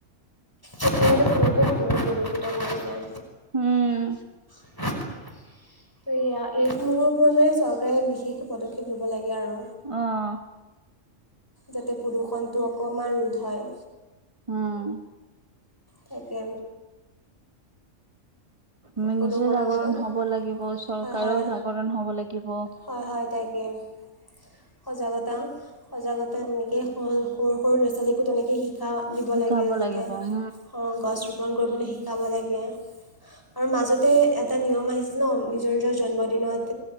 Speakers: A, on the left (about 15°); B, on the right (about 25°).
A: তেতিয়া মানে পৰিৱেশ বহুত প্ৰদূষিত কৰিছে।
B: উম।
A: ত এয়া এইসমূহৰ ওপৰত মান চৰকাৰে বিশেষ পদক্ষেপ লব লাগে। আৰু
B: অঁ!
A: যাতে প্ৰদূষণটো অকণমান ৰোধ হয়।
B: অঁ!
A: তাকে!
B: মই
A: প্ৰদূষণৰ
B: নিজে জাগৰণ
A: ওপৰত
B: হ'ব লাগিব, চৰকাৰো
A: হয় হয়
B: জাগৰণ হ'ব লাগিব।
A: হয় হয় তাকে সজাগতা, সজাগতা তেনেকেই সৰু-সৰু ল'ৰা-ছোৱালীকো তেনেকেই শিক। কা দিব
B: শিকাব
A: লাগে, যাতে
B: লাগিব উম,
A: গছ ৰোপন কৰিবলৈ শিকাব লাগে। আৰু মাজতে এটা নিয়ম আহিছিল ন নিজৰ নিজৰ জন্মদিনত